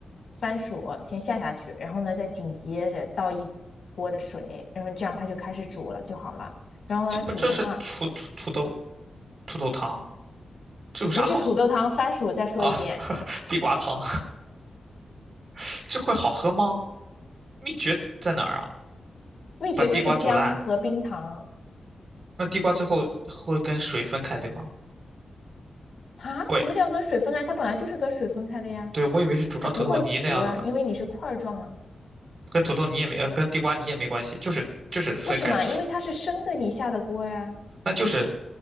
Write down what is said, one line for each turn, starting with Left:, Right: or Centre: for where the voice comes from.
Left: 番薯先下下去，然后呢，再紧接着倒一锅的水，然后这样它就开始煮了就好了。然后呢，
Right: 这不这是土土土豆
Left: 煮的话
Right: 土豆汤，这有啥好喝的
Left: 不是土豆汤，番薯再说一遍，
Right: 啊？<laughs> 地瓜汤，<laughs> 这会好喝吗？秘诀在哪儿啊？
Left: 秘诀就是姜和冰糖
Right: 把地瓜煮烂，那地瓜最后会跟水分开，对吗？
Left: 啊。
Right: 会，
Left: 什么叫跟水分啊？它本来就是跟水分开的呀，
Right: 对，我以为是煮成土豆泥那样的呢，
Left: 它不会糊啊，因为你是块状啊。
Right: 跟土豆泥也没，呃，跟地瓜泥也没关系，就是就是分开，
Left: 为什么？因为它是生的，你下的锅呀。
Right: 那就是